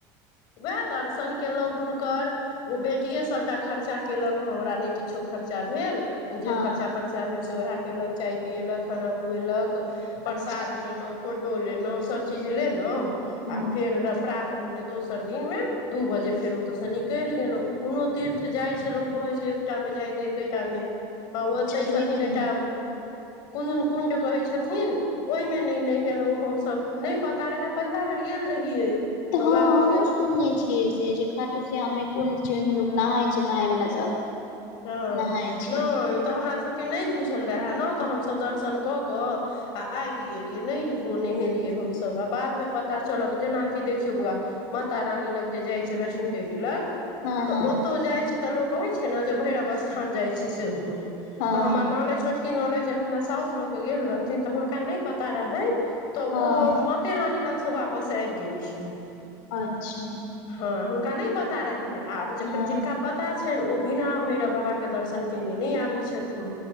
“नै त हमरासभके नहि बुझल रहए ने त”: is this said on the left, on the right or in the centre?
Left